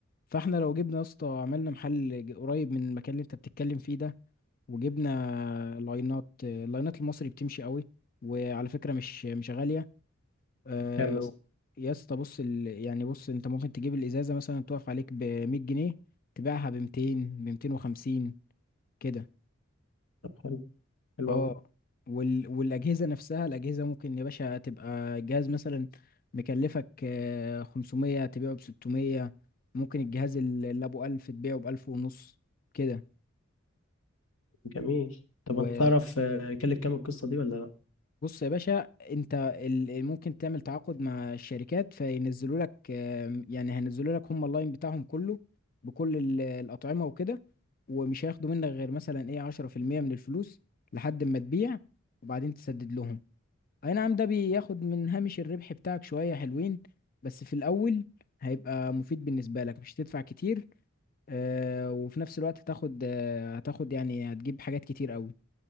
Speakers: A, on the left; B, on the left.
A: فاحنا لو جبنا يا اسطى عملنا محل ج- قريب من المكان اللي انت بتتكلم فيه ده وجبنا لاينات اللاينات المصري بتمشي قوي وعلى فكرة مش مش غالية آه،
B: كام مثلا
A: يا اسطى بص ال... يعني بص انت ممكن تجيب الازازة مثلا تقف عليك ب 100 جنيه تبيعها ب 200 ب 250 كده
B: طب حلو حلو
A: اه
B: أوي.
A: وال... والاجهزة نفسها الاجهزة ممكن يا باشا تبقى جهاز مثلا مكلفك آه، 500 تبيعه ب 600 ممكن الجهاز اللي ابو 1000 تبيعه ب 1000 ونص كده
B: جميل طب
A: وبص
B: انت تعرف آه، كلف كام القصه دي ولا لا
A: يا باشا انت ال- ال- ممكن تعمل تعاقد مع الشركات فينزلوا لك آم، يعني هينزلوا لك هم اللاين بتاعهم كله بكل ال- الأطعمة وكده ومش هياخدوا منك غير مثلا ايه 10% من الفلوس لحد ما تبيع وبعدين تسدد لهم اي نعم ده بياخد من هامش الربح بتاعك شوية حلوين بس في الأول هيبقى مفيد بالنسبة لك مش هتدفع كتير آه، وفي نفس الوقت هتاخد آه، هتاخد يعني هتجيب حاجات كتير قوي